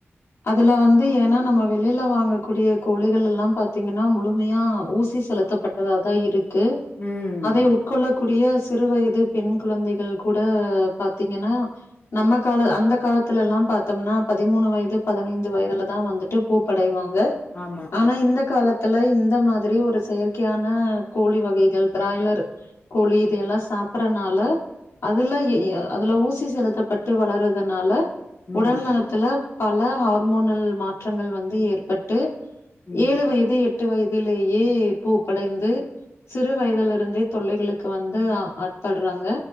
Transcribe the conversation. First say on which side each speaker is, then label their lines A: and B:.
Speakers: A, on the left; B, on the left.
A: அதெல்லா வந்து ஏன்னா நம்ம வெளில வாங்கக்கூடிய கோழிகள் எல்லாம் பாத்தீங்கன்னா முழுமையா ஊசி செலுத்தப்பட்டதா தா இருக் கு
B: ம்
A: அதை உட்கொள்ள கூடிய சிறு வயது பெண் குழந்தைகள் கூட பாத்திங்கன்னா நம்ம கால அந்த காலத்துல எல்லாம் பார்த்தோம்னா பதிமூணு வயது பதினைந்து வயதுலதான் வந்துட்டு பூப்படைவாங்க ங்க
B: ஆமா
A: ஆனா இந்த காலத் த்ல இந்த மாரி ஒரு செயற்கையான கோழி வகைகள் பிராய்லர் கோழி இதல்லா சாப்பறதுனால அதுல ஏஏ அதுல ஊசி செலுத்தப்பட்டு வளர்றதுனால
B: ம்
A: உடல் நலத்துல பல ஹார்மோனல் மாற்றங்கள் வந்து ஏற்பட்டு
B: ம்
A: ஏழு வயது எட் எட்டு வயதிலேயே பூப்படைந்து சிறு வயதலிருந்தே தொல்லைகளுக்கு வந்து ஆட்கொள்றாங்க